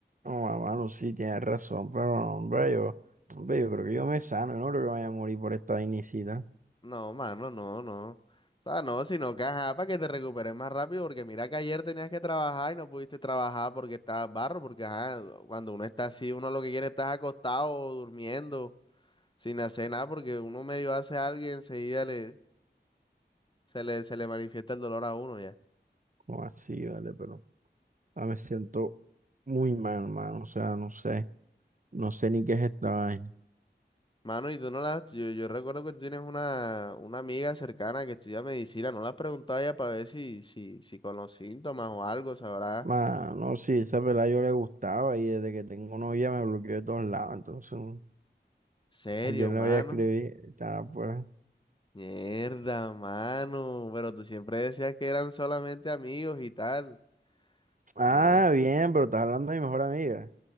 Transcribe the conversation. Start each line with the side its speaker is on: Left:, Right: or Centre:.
Right: No, ah, mano, sí, tienes razón, pero, hombre, yo, hombre, yo creo que yo me sano, yo no creo que vaya a morir por esta vainicita.
Left: No, mano, no, no. O sea, no, sino que ajá, para que te recuperes más rápido, porque mira que ayer tenías que trabajar y no pudiste trabajar porque estabas barro, porque ajá, cuando uno está así, uno lo que quiere es estar acostado, o durmiendo, sin hacer nada, porque uno medio hace algo y enseguida le, se le, se le manifiesta el dolor a uno ya.
Right: No, así, vale, pero ah, me siento muy mal, mano. O sea, no sé, no sé ni qué es esta vaina.
Left: Mano, y tú no las, yo, yo recuerdo que tú tienes una, una amiga cercana que estudia medicina, no la has preguntado ya para ver si, si, si con los síntomas o algo, sabrá.
Right: Mano, sí, esa pelada yo le gustaba y desde que tengo novia me bloqueó de todos lados. Entonces, no-
Left: Serio,
Right: ayer le
Left: mano.
Right: voy a escribir. Estaba pues.
Left: Mierda, mano. Pero tú siempre decías que eran solamente amigos y tal.
Right: Ah,
Left: Ñe.
Right: bien, pero estás hablando de mi mejor amiga.